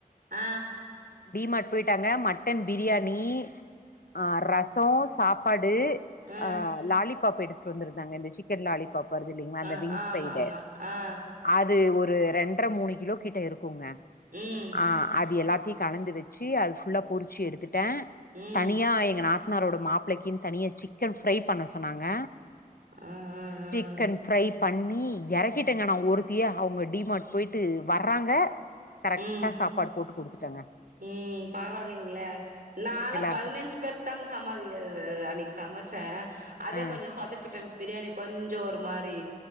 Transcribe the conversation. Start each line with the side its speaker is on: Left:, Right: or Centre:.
Right: ஆ
Left: டி மார்ட் போய்ட்டாங்க, மட்டன் பிரியாணி ஆ, ரசோ, சாப்பாடு
Right: ஆ
Left: அ லாலிபாப் எடு த்துட்டு வந்திருந்தாங்க இந்த சிக்கன் லாலிபாப் வருது இல்லைங்களா அந்த
Right: ஆ
Left: விங்
Right: ஆமா
Left: சைடு
Right: ஆமா ஆ
Left: அது ஒரு ரெண்டரை மூணு கிலோ கிட்ட இருக்குங்க
Right: ம்
Left: ஆ அது எல்லாத்தையு கலந்து வச்சு அது புல்லா பொறிச்சு எடுத்துட்டே
Right: ம்
Left: தனியா எங்க நாத் தனாரோட மாப்பிள்ளைக்குனு தனியா சிக்கன் ஃப்ரை பண்ண சொன்னாங்க
Right: ஆ ஆ
Left: சிக்கன்
Right: ஆ
Left: ஃப்ரை பண்ணி எறக்கிட்டேங்க நா ஒருத்தியே அவங்க டி மார்ட் போய்ட்டு வர்றாங்க கரெக்டா
Right: ம்
Left: சாப்பாடு போட்டு குடுத்துட்டங்க
Right: ம் பரவால்லிங்ளே நான்லா
Left: எல்லாருக்கு
Right: பதினஞ்சு பேருக்குதாங்க சமாதி அது அது அன்னைக்கி சமச்ச அதே
Left: ஆ
Right: கொஞ்சோ சொத்தப்பிட்ட பிரியாணி கொஞ்சோ ஒரு மாரி